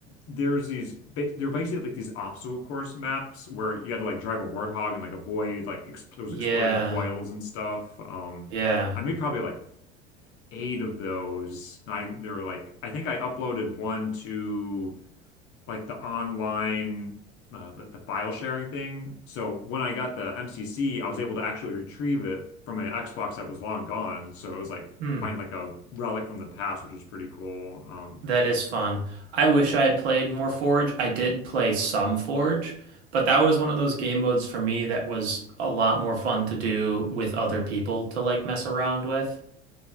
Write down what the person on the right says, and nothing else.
Yeah,
yeah.
Hmm.
That is fun. I wish I had played more Forge. I did play some Forge, but that was one of those game modes for me that was a lot more fun to do with other people to like mess around with.